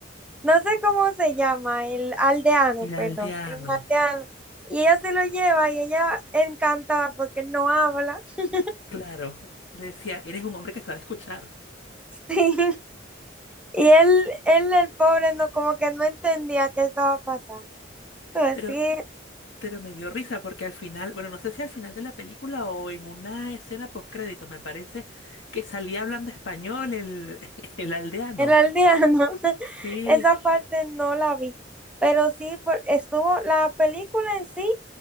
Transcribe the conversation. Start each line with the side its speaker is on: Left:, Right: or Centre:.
Centre: no sé cómo se llama, el aldeano,
Left: el aldeano,
Centre: perdón, era un aldeano. Y ella se lo lleva y ella encantada porque él no habla. <laughs>
Left: claro, y le decía, eres un hombre que sabe escuchar.
Centre: Sí. Y él, él, el pobre, no, como que no entendía qué estaba pasando. Entonces,
Left: Pero
Centre: sí,
Left: Pero me dio risa porque al final, bueno, no sé si al final de la película o en una escena post créditos, me parece que salía hablando español el, <laughs> el aldeano.
Centre: El aldeano, <laughs>
Left: Sí,
Centre: esa parte no la vi, pero sí por- estuvo, la película en sí